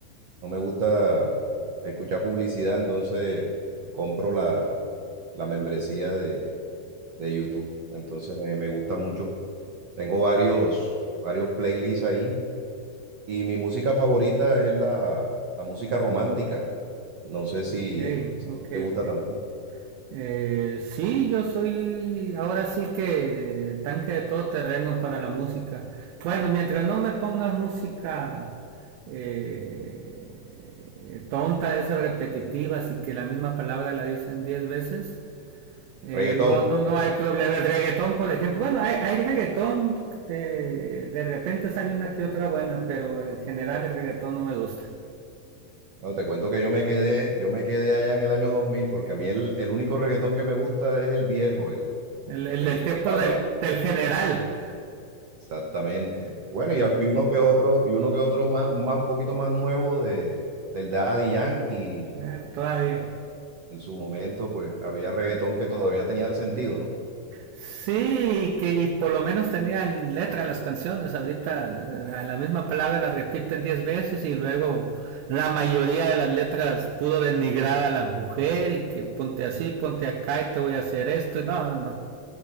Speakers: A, on the right; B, on the right.
A: no me gusta escuchar publicidad, entonces compro la, la membresía de, de YouTube. Entonces me, me gusta mucho. Tengo varios, varios playlists ahí y mi música favorita es la, la música romántica. No sé si
B: ok, ok,
A: te gusta
B: ok.
A: también.
B: Eh, sí, yo soy ahora sí que eh, tanque de todo terreno para la música. Bueno, mientras no me pongas música eh, tonta, esa repetitiva, así que la misma palabra la dicen 10 veces, eh,
A: Reggaetón.
B: no, no, no hay problema. El reggaetón, por ejemplo, bueno, hay, hay reggaetón, de de repente sale una que otra buena, pero en general el reggaetón no me gusta.
A: Bueno, te cuento que yo me quedé, yo me quedé allá en el año 2000, porque a mí el, el único reggaetón que me gusta es el viejo, el,
B: El, el,
A: el
B: el
A: que cantaba.
B: tiempo del, del general.
A: Exactamente. Bueno, y, al- y uno que otro, y uno que otro más, más un poquito más nuevo de, del Daddy Yankee.
B: Eh, todavía.
A: Eh, En su momento, pues había reggaetón que todavía tenía sentido, ¿no?
B: Sí, que y por lo menos tenían letra las canciones. Ahorita eh, a la misma palabra la repiten 10 veces y luego la mayoría de las letras pudo denigrar a la mujer y que ponte así, ponte acá y te voy a hacer esto. Y no, no, no.